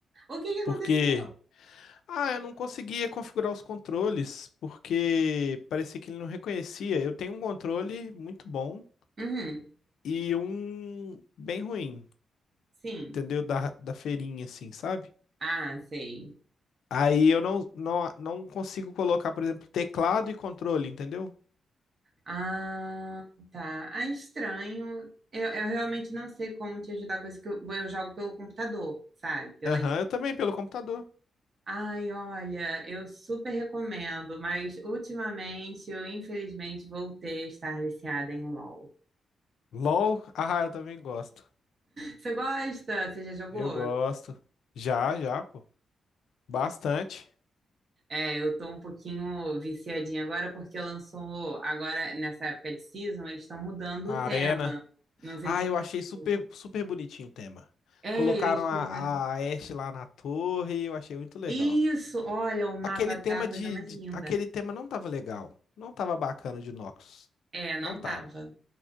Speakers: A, on the right (about 40°); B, on the left (about 80°).
A: o que que aconteceu?
B: porque ah, eu não conseguia configurar os controles, porque parecia que ele não reconhecia. Eu tenho um controle muito bom
A: Uhum,
B: e um bem ruim.
A: sim.
B: entendeu? Da, da feirinha, assim, sabe?
A: Ah, sei.
B: Aí eu não, não, não consigo colocar, por exemplo, teclado e controle, entendeu?
A: Ah, tá. Ah, estranho. Eu, eu realmente não sei como te ajudar com isso, que eu, eu jogo pelo computador, sabe? Pelas...
B: Aham, eu também, pelo computador.
A: Ai, olha, eu super recomendo, mas ultimamente eu infelizmente voltei a estar viciada em LOL.
B: LOL, ah, eu também gosto.
A: Você gosta? Você já jogou?
B: Eu gosto. Já, já, pô. Bastante.
A: É, eu tô um pouquinho viciadinha agora porque lançou, agora nessa época de season, eles estão mudando
B: A
A: o tema.
B: arena.
A: Não sei
B: Ah,
A: se você
B: eu achei super,
A: viu.
B: super bonitinho o tema.
A: É,
B: Colocaram
A: eles
B: a,
A: fizeram.
B: a Ashe lá na torre, eu achei muito legal.
A: Isso, olha, o mapa
B: Aquele
A: tá
B: tema
A: a coisa
B: de,
A: mais
B: de-
A: linda.
B: Aquele tema não tava legal. Não tava bacana de Noxus.
A: É, não
B: Não tava.
A: tava.